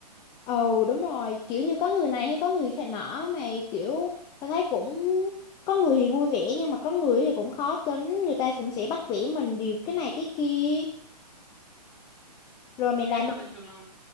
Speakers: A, on the left; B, in the centre.
A: Ừ đúng rồi kiểu như có người này hay có người khác nọ mà kiểu ta thấy cũng có người thì vui vẻ nhưng mà có người thì cũng khó tính người ta cũng sẽ bắt bẻ mình điều cái này cái kia rồi mày làm
B: Ê mà bình thường là